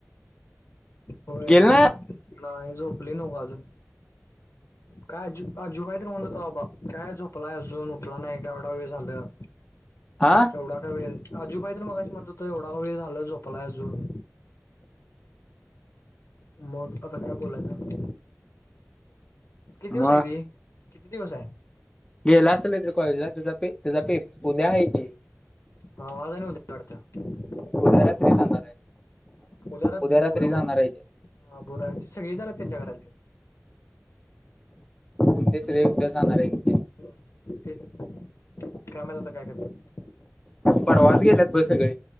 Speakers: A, on the left; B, on the left.
A: होय
B: गेल ना
A: नाही झोपले न्हव का अजून. काय आजू आजु कायतरीे म्हणतं होता बाबा, काय झोपलाय अजून. उठला नाही का एवढा वेळ झालं,
B: हा
A: तेवढा काय वेळ? आजूभाई <unintelligible> मगाशी म्हणत होतं एवढा वेळ झालं झोपलाय अजून. मग आता काय बोलायचं? किती दिवस
B: मग
A: आहे ती, किती दिवस हाय?
B: गेला असेल रे तो कॉलेजला. तेजा पे तेजा पेप उद्या आहे की.
A: हा आजारी होते. <unintelligible>
B: उद्या रात्री जाणार आहे
A: उदया रात
B: उद्या रात्री
A: <unintelligible>
B: जाणार आहे ते
A: सगळे आलेत त्यांच्या घरातली.
B: मग तेच रे उद्या जाणार आहेत ती.
A: तेच काय माहिती आता काय करत त्यात.
B: परवाच गेल्यात बघ सगळी.